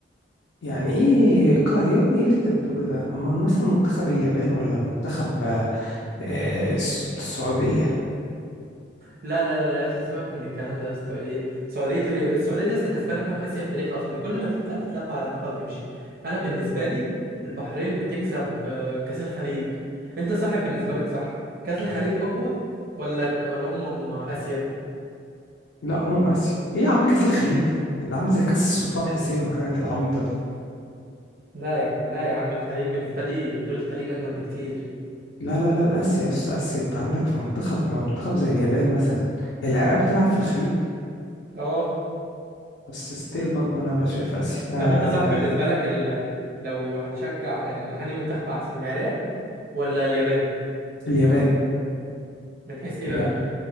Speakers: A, on the left; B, on the right.
A: يعني ايه ك- يا ابني ايه اللي انت بتقوله ده اما مثلا منتخب اليابان ولا منتخب آه، الس- السعوديه
B: لا لا لا لا، يا اسطى سيبك من الكلام ده يا اسطى ايه السعوديه تقول يا- السعوديه دي يا اسطى كسبانه كام اسيا في تاريخها اصلا دي كل ما تطلع تتلبى على دماغها وتمشي انا بالنسبه لي البحرين بتكسب آه، كاس الخليج انت صاحب بالنسبه لك صح كاس الخليج اقوى ولا ك- ولا امم اسيا
A: لا امم اسيا ايه يا عم كاس الخليج ده ده عامل زي كاس السلطان حسين والحاجات العبيطه دي
B: لا يا عم لا يا عم الخليج بالنسبه لي بطوله الخليج اجمد بكتير
A: لا لا لا اسيا يس اسيا انت عندك في منتخب ما منتخب زي اليابان مثلا هي العراق بتلعب في الخليج
B: اه
A: بس ستيل برضه انا بقى شايف اسيا آه
B: طب انت صاحب بالنسبه لك ال... لو هتشجع يعني انهي منتخب احسن العراق ولا اليابان
A: اليابان
B: من حيث ايه
A: اليابان
B: بقى